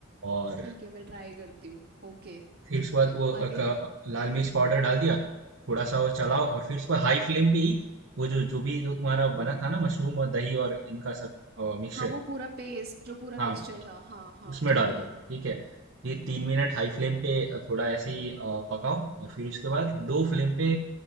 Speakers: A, on the right (about 65°); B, on the right (about 50°).
A: और
B: ठीक है मैं ट्राई करती हूँ ओके
A: फिर उसके बाद वो अ,
B: आगे
A: क- लाल मिर्च पाउडर डाल दिया थोड़ा सा वो चलाओ और फिर उसके बाद हाई फ्लेम पे ही वो जो जो भी जो तुम्हारा बना था ना मशरूम और दही और इनका सब मिक्सचर
B: हाँ वो पूरा पेस्ट जो पूरा
A: हाँ
B: मिक्सचर था हाँ हाँ
A: उसमें
B: ठीक
A: डाल
B: है
A: दो ठीक है फिर तीन मिनट हाई फ्लेम पे अ, थोड़ा ऐसे ही अ, पकाओ और फिर उसके बाद लो फ्लेम पे